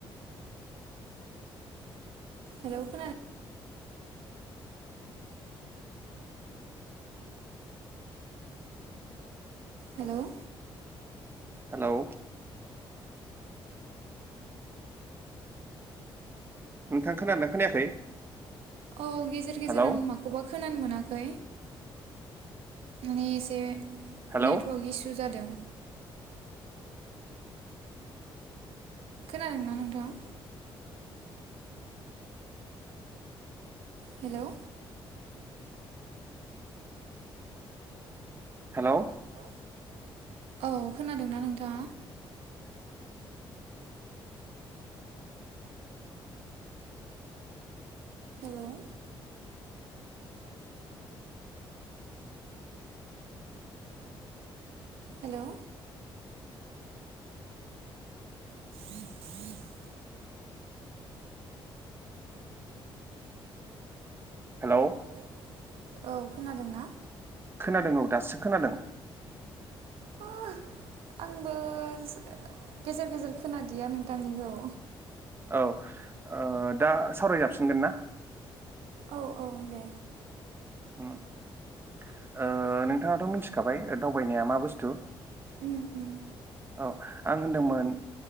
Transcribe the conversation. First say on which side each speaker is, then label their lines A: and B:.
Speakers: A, on the right (about 90°); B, on the right (about 25°).
A: हेल' खोनादों हेल'!
B: हेलौ! नोंथां खोनादोंना खोनायाखै?
A: औ गेजेर गेजेर
B: हेलौ
A: आं माखौबा खोनानो मोनाखै। माने एसे
B: हेलौ
A: नेटवर्क इसु जादों। खोनादों ना नोंथाङा? हेल'!
B: हेल'!
A: हेलौ! औ खोनादोंना नोंथाङा? हेल'! हेल'! <inaudible>
B: हेलौ!
A: हेलौ! औ खोनादों ना?
B: खोनादों औ, दासो खोनादों।
A: <unintelligible> आंबो ज गेजेर गेजेर खोनादिया नोंथांनिखौ।
B: औ ओ दा सावराय जाफिनगोन ना
A: औ औ दे
B: ओ नोंथाङाथ' मिथिखाबाय दावबायनाया मा बुस्थु
A: उम उम
B: औ आं होनदोंमोन